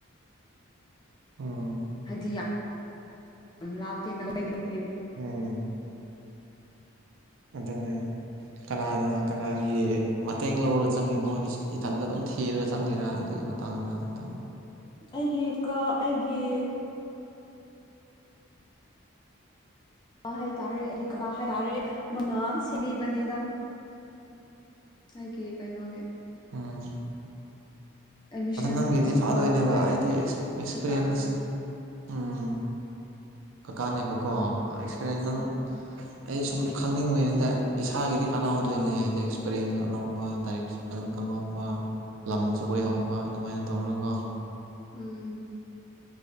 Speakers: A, on the right (about 70°); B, on the left (about 20°).
A: ꯎꯝ
B: ꯍꯥꯏꯗꯤ ꯌꯥꯝ ꯂꯥꯞꯄꯦꯅꯥ ꯃꯣꯏꯒꯗꯤ
A: ꯎꯝ ꯑꯗꯨꯅꯦ ꯀꯅꯥꯅ ꯀꯅꯥꯒꯤ ꯃꯇꯦꯡ ꯂꯧꯔ ꯆꯪꯉꯤꯅꯣ ꯏꯁ ꯏꯊꯟꯗ ꯑꯗꯨꯝ ꯊꯤꯔ ꯆꯪꯉꯤꯔꯥ ꯑꯗꯨꯏ ꯇꯥꯡꯗ ꯇꯪ
B: ꯑꯩꯒꯤ ꯀ ꯑꯩꯒꯤ ꯍꯥꯏꯇꯥꯔꯦ ꯑꯩꯒꯤ ꯀꯀꯥ ꯍꯥꯏꯇꯥꯔꯦ ꯃꯥꯅ ꯁꯦꯝꯕꯤꯕꯅꯤꯗ ꯑꯩꯒꯤ ꯀꯩꯅꯣꯒꯤ
A: ꯎꯝ
B: ꯑꯦꯠꯃꯤꯁꯟꯒꯨꯝꯕꯁꯨ
A: ꯑꯗꯣ ꯅꯪꯒꯤꯗꯤ ꯐꯥꯗꯣꯏꯅꯦꯕ
B: ꯃꯥꯅ ꯂꯣꯏ
A: ꯑꯩꯗꯤ ꯑꯦꯛꯁ ꯑꯦꯛꯁꯄꯤꯔꯦꯟꯁ
B: ꯐꯖꯅ
A: ꯎꯝ ꯀꯀꯥꯅꯦꯕꯀꯣ ꯑꯦꯛꯁꯀꯔꯦꯟ ꯅꯪ
B: <unintelligible>
A: ꯑꯩ ꯁꯨꯝ ꯈꯪꯅꯤꯡꯕꯩꯅꯤꯗ ꯏꯁꯥꯒꯤꯗꯤ ꯀꯥꯟꯅꯍꯧꯗꯣꯏꯅꯦ ꯍꯥꯏꯗꯤ ꯑꯦꯛꯁꯄꯤꯔꯦꯟ ꯑꯅꯧꯕ ꯂꯥꯏꯔꯤꯛ ꯁꯨ ꯐꯖꯅ ꯈꯪꯍꯧꯕ ꯂꯝꯁꯨ ꯀꯣꯏꯍꯧꯕ ꯑꯗꯨꯃꯥꯏꯅ ꯇꯧꯔꯒ ꯀꯣ
B: ꯎꯝ